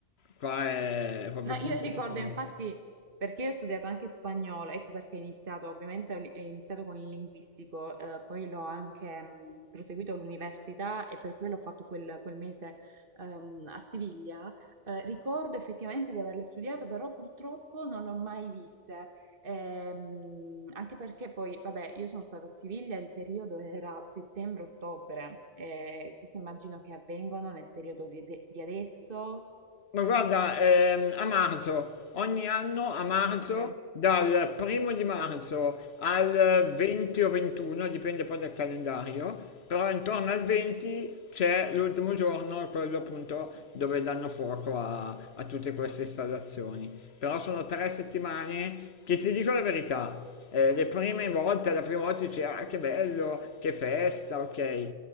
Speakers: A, on the left; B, on the right.
A: Qua è proprio
B: No,
A: fondamentale.
B: io ricordo infatti perché io ho studiato anche spagnolo, ecco perché ho iniziato, ovviamente ho li- ho iniziato con il linguistico, eh, poi l'ho anche mh, proseguito all'università e per quello ho fatto quel, quel mese ehm, a Siviglia. Eh, ricordo effettivamente di averle studiato, però purtroppo non le ho mai viste. Ehm, anche perché poi, vabbè, io sono stata a Siviglia, il periodo era settembre-ottobre, e questo immagino che avvengono nel periodo di, de- di adesso.
A: Ma guarda, ehm, a marzo, ogni anno a marzo,
B: Ok.
A: dal primo di marzo al 20 o 21, dipende poi dal calendario, però intorno al 20 c'è l'ultimo giorno, quello appunto dove danno fuoco a, a tutte queste installazioni. Però sono tre settimane che ti dico la verità, eh, le prime volte, la prima volta dicevo, ah, che bello, che festa, ok.